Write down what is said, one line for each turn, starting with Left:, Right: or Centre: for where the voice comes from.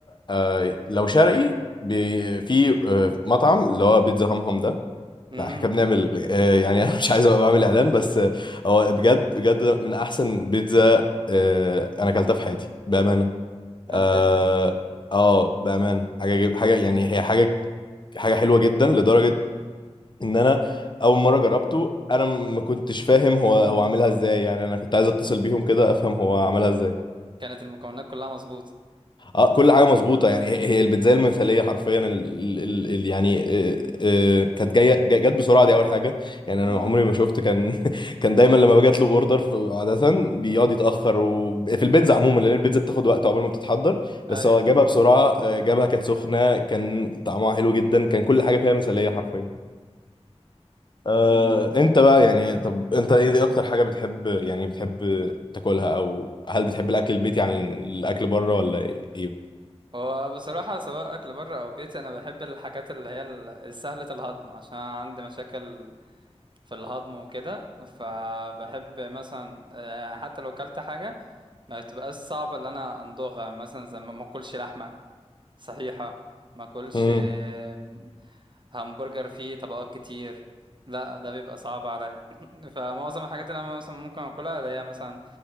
Left: أه لو شرقي بي- في أه مطعم اللي هو بيتزا همهم ده
Right: امم
Left: لا احنا كنا بنعمل آه، يعني انا مش عايز ابقى بعمل اعلان بس آه، هو بجد بجد من احسن بيتزا آه، انا اكلتها في حياتي بامانه
Right: البيز
Left: اه آه، بامانه حاجه جي- حاجه يعني هي حاجه حاجه حلوه جدا لدرجه ان انا اول مره جربته انا ما كنتش فاهم هو هو عاملها ازاي يعني انا كنت عايز اتصل بيهم كده افهم هو عملها ازاي
Right: كانت المكونات كلها مظبوطه
Left: اه كل حاجه مظبوطه يعني هي هي البيتزا المثاليه حرفيا ال ال ال يعني آه، آه، كانت جايه جا- جت بسرعه دي اول حاجه يعني انا
Right: امم
Left: عمري ما شفت كان <laughs> كان دايما لما باجي اطلب اوردر عاده بيقعد يتاخر وفي البيتزا عموما لان البيتزا بتاخد وقت عقبال ما بتتحضر بس
Right: ايوه
Left: هو جابها بسرعه آه، جابها كانت سخنه كان طعمها حلو جدا كان كل حاجه فيها مثاليه حرفيا آه،
Right: امم
Left: انت بقى يعني طب انت ايه اكتر حاجه بتحب يعني بتحب تاكلها او هل بتحب الاكل البيتي عن الاكل بره ولا ايه
Right: وبصراحه سواء اكل بره او بيتي انا بحب الحاجات اللي هي ال- سهله الهضم عشان عندي مشاكل في الهضم وكده فبحب مثلا آه، حتى لو كلت حاجه ما بتبقاش صعبه ان انا امضغها مثلا زي ما ما اكلش لحمه صحيحة ما اكلش
Left: بالظبط
Right: آم، همبرجر فيه طبقات كتير لا ده بيبقى صعب عليا <clears throat> فمعظم الحاجات اللي انا مثلا ممكن اكلها اللي هي مثلا